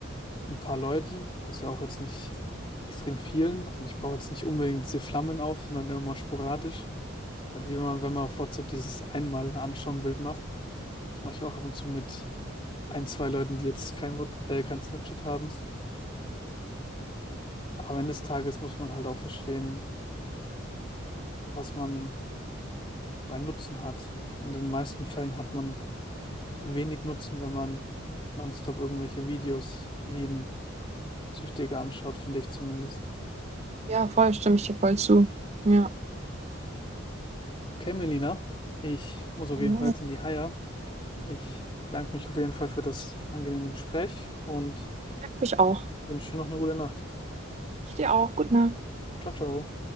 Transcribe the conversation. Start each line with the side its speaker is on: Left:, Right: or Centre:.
Left: ein paar Leuten, also auch jetzt nicht extrem vielen. Und ich baue jetzt nicht unbedingt diese Flammen auf, sondern immer mal sporadisch. Dann wie man, wenn man auf WhatsApp dieses einmal anschauen Bild macht. Das mache ich auch ab und zu mit ein, zwei Leuten, die jetzt kein What, äh, kein Snapchat haben. Am Ende des Tages muss man halt auch verstehen, was man für einen Nutzen hat. Und in den meisten Fällen hat man wenig Nutzen, wenn man nonstop irgendwelche Videos wie ein Süchtiger anschaut, finde ich zumindest.
Right: ja, voll, stimme ich dir voll zu. Ja,
Left: Okay, Melina, ich muss auf
Right: ich
Left: jeden
Right: Mhm.
Left: Fall jetzt in die Haia. Ich bedanke mich auf jeden Fall für das angenehme Gespräch und
Right: ich auch.
Left: wünsche dir noch eine gute Nacht.
Right: Ich dir auch. Gut, Nacht.
Left: Ciao, ciao.